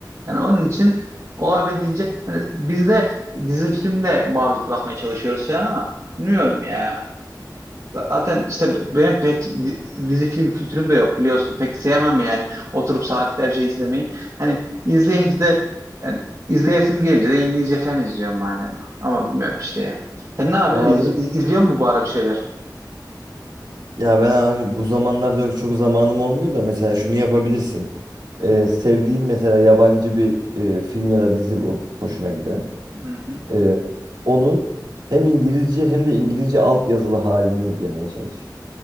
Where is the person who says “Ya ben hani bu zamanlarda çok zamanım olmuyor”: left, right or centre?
Right